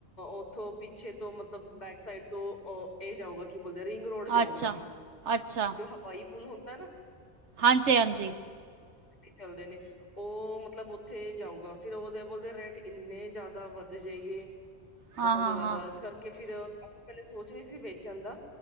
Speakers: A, on the left (about 40°); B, on the right (about 75°).
A: ਉੱਥੋਂ ਪਿੱਛੇ ਤੋਂ ਮਤਲਬ ਬੈਕ ਸਾਈਡ ਤੋਂ ਅ ਏ ਜਾਊਗਾ ਕੀ ਬੋਲਦੇ ਆ ਰਿੰਗ ਰੋਡ ਜਾਊਗਾ
B: ਅੱਛਾ ਅੱਛਾ
A: ਜੋ ਹਵਾਈ ਪੁਲ ਹੁੰਦਾ ਹੈ ਨਾ।
B: ਹਾਂਜੀ -ਹਾਂਜੀ।
A: ਇਦਾਂ ਹੀ ਚੱਲਦੇ ਨੇ ਉ ਮਤਲਬ ਉੱਥੇ ਜਾਊਗਾ ਫਿਰ ਉਹਦੇ ਬੋਲਦੇ ਰੇਟ ਇੰਨੇ ਜ਼ਿਆਦਾ ਵ ਦਈਏ
B: ਹਾਂ
A: ਬਹੁਤ
B: ਹਾਂ
A: ਜਾਦਾ
B: ਹਾਂ
A: ਇਸ ਕਰਕੇ ਫਿਰ ਆਪਾਂ ਪਹਿਲੇ ਸੋਚ ਰਹੇ ਸੀ ਵੇਚਣ ਦਾ।